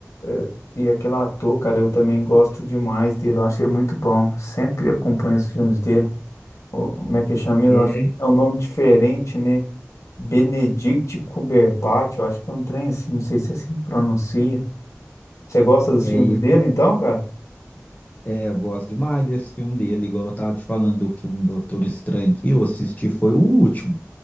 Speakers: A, on the left (about 80°); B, on the left (about 30°).
A: é, E aquele ator, cara, eu também gosto demais dele. Eu achei muito bom. Sempre acompanho os filmes dele. O- Como é que chama? mesmo?
B: É,
A: Eu acho- É um nome diferente, né? Benedict Cumberbatch. Eu acho que é um trem assim. Não sei se é assim que pronuncia. Você gosta dos
B: É,
A: filmes
B: e-
A: dele, então, cara?
B: é, eu gosto demais desse filme dele, igual eu tava te falando do filme Doutor Estranho que eu assisti, foi o último.